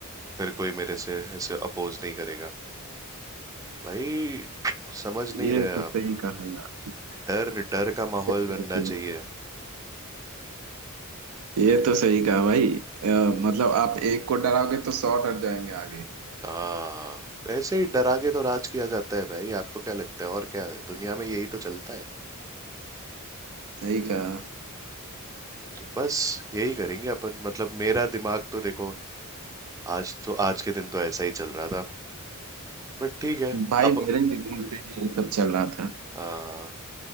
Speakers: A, on the right (about 15°); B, on the right (about 75°).
A: फिर कोई मेरे से ऐसे अपोज नहीं करेगा भाई समझ नहीं
B: ये
A: रहे
B: तो सही
A: आप
B: कहा यार
A: डर डर का माहौल
B: ये
A: बनना
B: फिर
A: चाहिए
B: ये तो सही कहा भाई अ, मतलब आप एक को डराओगे तो सौ डर जाएंगे आगे
A: हाँ ऐसे ही डरा के तो राज किया जाता है भाई आपको क्या लगता है और क्या है दुनिया में यही तो चलता है
B: सही कहा
A: तो बस यही करेंगे अपन मतलब मेरा दिमाग तो देखो आज तो आज के दिन तो ऐसा ही चल रहा था बट ठीक है
B: भाई
A: अब
B: मेरे दिमाग पे भी ये सब चल रहा था
A: हाँ